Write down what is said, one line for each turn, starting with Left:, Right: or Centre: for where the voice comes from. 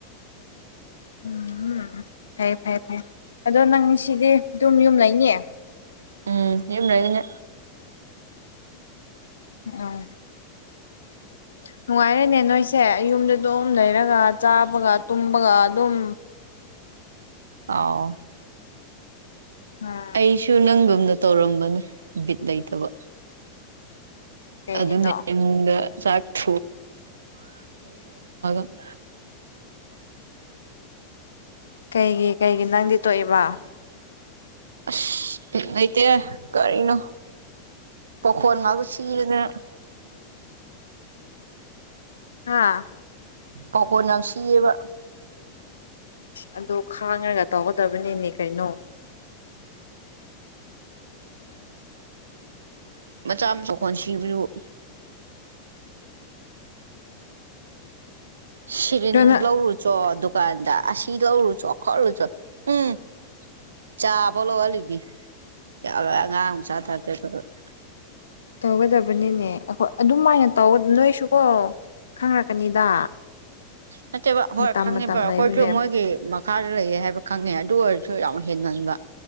Left: ꯎꯝ ꯐꯔꯦ ꯐꯔꯦ ꯐꯩꯦ ꯑꯗꯣ ꯅꯪ ꯁꯤꯗꯤ ꯑꯗꯨꯝ ꯌꯨꯝ ꯂꯩꯅꯤꯌꯦ
Right: ꯎꯝ ꯌꯨꯝꯅꯒꯅꯦ
Left: ꯎꯝ ꯅꯨꯡꯉꯥꯏꯔꯦꯅꯦ ꯅꯣꯏꯁꯦ ꯌꯨꯝꯗ ꯑꯗꯨꯝ ꯂꯩꯔꯒ ꯆꯥꯕꯒ ꯇꯨꯝꯕꯒ ꯑꯗꯨꯝ
Right: ꯑꯥꯎ
Left: ꯉꯥ
Right: ꯑꯩꯁꯨ ꯅꯪꯗꯣꯝꯗ ꯇꯧꯔꯝꯕꯅꯦ ꯕꯤꯠ ꯂꯩꯇꯕ
Left: ꯀꯩꯒꯤꯅꯣ
Right: ꯑꯗꯨꯅ ꯑꯩꯑꯣꯟꯗꯥ ꯆꯥꯛ <unintelligible>
Left: ꯀꯩꯒꯤ ꯀꯩꯒꯤ ꯅꯪꯗꯤ ꯇꯣꯛꯏꯕ
Right: ꯑꯁ ꯕꯤꯠ ꯂꯩꯇꯦ ꯀꯔꯤꯅꯣ ꯄꯥꯎꯈꯣꯜ ꯉꯥꯛꯇ ꯁꯤꯗꯅ
Left: ꯍꯥꯥ
Right: ꯄꯀꯣꯟ ꯌꯥꯝ ꯁꯤꯌꯦꯕ
Left: ꯑꯗꯨꯗꯣ ꯈꯥꯡꯉꯒ ꯇꯧꯒꯗꯕꯅꯤꯅꯦ ꯀꯩꯅꯣ
Right: ꯃꯆꯥ <unintelligible> ꯁꯤꯔꯤꯟ
Left: ꯑꯗꯨꯅ
Right: ꯂꯧꯔꯨꯆꯣ ꯗꯨꯀꯥꯟꯗ ꯑꯁꯤ ꯂꯧꯔꯨꯆꯣ ꯈꯣꯠꯂꯨꯆꯣ ꯎꯝ ꯆꯥꯕ ꯂꯧꯍꯜꯂꯤꯅꯤ ꯌꯥꯝ ꯑꯉꯥꯡ ꯃꯆꯥ <unintelligible>
Left: ꯇꯧꯒꯗꯕꯅꯤꯅꯦ ꯑꯩꯈꯣꯏ ꯑꯗꯨꯝꯃꯥꯏꯅ ꯇꯧ ꯅꯣꯏꯁꯨꯀꯣ ꯈꯪꯔꯛꯀꯅꯤꯗ
Right: ꯅꯠꯇꯦꯕ ꯍꯣꯏ
Left: ꯃꯇꯝ
Right: ꯈꯪꯉꯤꯕ
Left: ꯃꯇꯝ
Right: ꯑꯩꯈꯣꯏꯁꯨ
Left: ꯂꯩꯕꯅꯦ
Right: ꯃꯣꯏꯒꯤ ꯈꯥꯔ ꯂꯩꯌꯦ ꯍꯥꯏꯕ ꯈꯪꯉꯦ ꯑꯗꯨ ꯑꯣꯏꯔꯁꯨ ꯌꯥꯝ ꯍꯦꯟꯃꯟꯕ